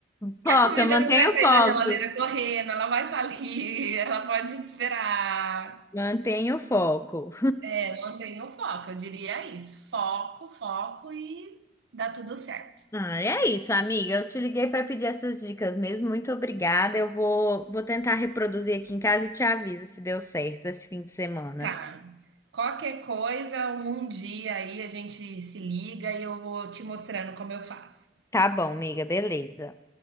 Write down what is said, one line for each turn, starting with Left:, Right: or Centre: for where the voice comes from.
Left: Foca,
Right: Que a comida
Left: mantenha
Right: não vai sair
Left: o foco.
Right: da geladeira correndo, ela vai estar ali, ela pode esperar.
Left: Mantenha o foco.
Right: É, mantenha o foco, eu diria isso. Foco, foco e dá tudo certo.
Left: Ah, é isso, amiga. Eu te liguei para pedir essas dicas mesmo. Muito obrigada. Eu vou, vou tentar reproduzir aqui em casa e te aviso se deu certo esse fim de semana.
Right: Tá. Qualquer coisa, um dia aí a gente se liga e eu vou te mostrando como eu faço.
Left: Tá bom, amiga. Beleza.